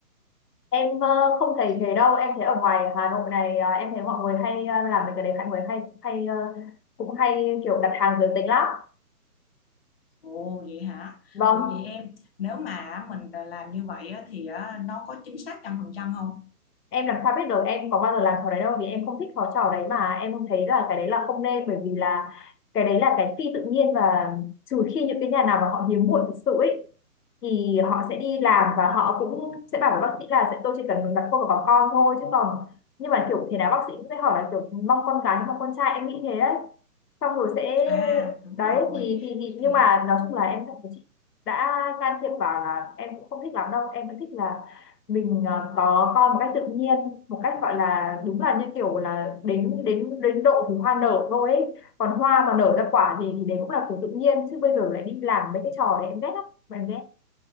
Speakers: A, on the left; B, on the left.
A: em ờ, không thấy thế đâu em thấy ở ngoài Hà Nội này ờ, em thấy mọi người hay ờ, làm mấy cái đấy mọi người hay hay ờ, cũng hay kiểu đặt hàng giới tính lắm
B: ồ vậy hả
A: vâng
B: ủa vậy em nếu mà mình làm như vậy á, thì à, nó có chính xác trăm phần trăm không
A: em làm sao biết được em có bao giờ làm trò đấy đâu vì em không thích trò trò đấy mà em thấy là cái đấy là không nên bởi vì là cái đấy là cái phi tự nhiên và trừ khi những cái nhà nào mà họ hiếm muộn thực sự ấy thì họ sẽ đi làm và họ cũng sẽ bảo với bác sĩ là sẽ tôi chỉ cần đặt cô vào có con thôi chứ còn nhưng mà kiểu thế nào bác sĩ cũng sẽ hỏi là kiểu mong con gái hay mong con trai em nghĩ thế đấy xong rồi sẽ
B: à đúng
A: đấy
B: rồi
A: thì thì, thì
B: thì
A: nhưng mà nói chung là em cảm thấy chị đã can thiệp vào là em cũng không thích lắm đâu em vẫn thích là mình ờ, có con một cách tự nhiên một cách gọi là đúng là như kiểu là đến đến đến độ thì hoa nở thôi ấy. còn hoa mà nở ra quả thì thì đấy cũng là của tự nhiên chứ bây giờ lại đi làm mấy cái trò đấy em ghét lắm em ghét